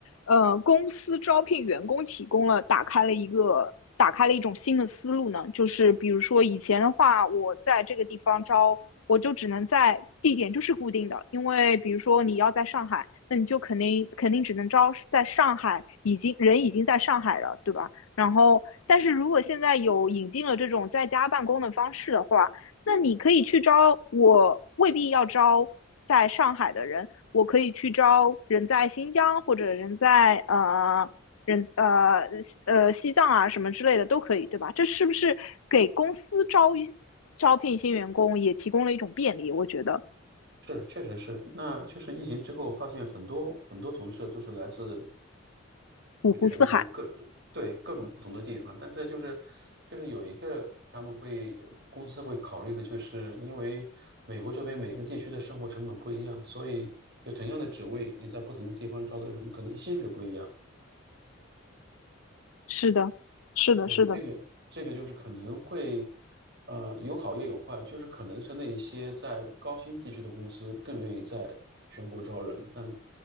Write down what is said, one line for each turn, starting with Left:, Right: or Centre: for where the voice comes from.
Left: 呃，公司招聘员工提供了打开了一个打开了一种新的思路呢？就是比如说以前的话，我在这个地方招，我就只能在地点就是固定的，因为比如说你要在上海，那你就肯定肯定只能招在上海，已经人已经在上海了，对吧？然后，但是如果现在有引进了这种在家办公的方式的话，那你可以去招，我未必要招在上海的人，我可以去招人在新疆或者人在呃人呃呃西藏啊什么之类的都可以，对吧？这是不是给公司招招聘新员工也提供了一种便利？我觉得
Right: 是，确实是。那就是疫情之后，发现很多很多同事都是来自
Left: 五湖四海，
Right: 就全国各对各种不同的地方，但是就是就是有一个他们会公司会考虑的，就是因为美国这边每个地区的生活成本不一样，所以就同样的职位，你在不同的地方招的人，可能薪水不一样。
Left: 是的，是的，
Right: 对，
Left: 是的。
Right: 这个这个就是可能会，呃，有好也有坏，就是可能是那一些在高新地区的公司更愿意在全国招人，但